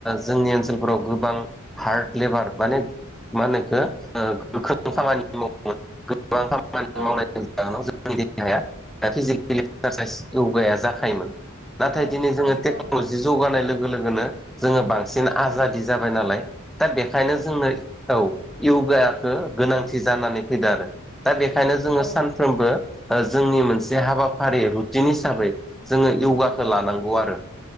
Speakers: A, in the centre; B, on the right.
A: जोंनि ओनसोलफोराव गोबां हार्ड लेबार माने मा होनोखो गोख्रों
B: औ
A: खामानि मावो। गोबां खामानि
B: औ
A: मावनायनायनि जाहोनाव जों जोंनि देहाया बा फिजिकेलि एक्सारसाइस यगाया जाखायोमोन। नाथाय
B: औ
A: दिनै जोङो टेक्न'लजि
B: औ
A: जौगानाय लोगो लोगोनो जोङो बां सिन आजादि
B: औ
A: जाबाय नालाय दा बेखायनो जोंनो औ योगा
B: औ
A: गोनांथि जानानै फैदो आरो दा बेखायनो जोङो
B: औ
A: सानफ्रोमबो ओ जोंनि मोनसे हाबाफारि रुटिन हिसाबै जोङो यगाखौ
B: औ
A: लानांगौ आरो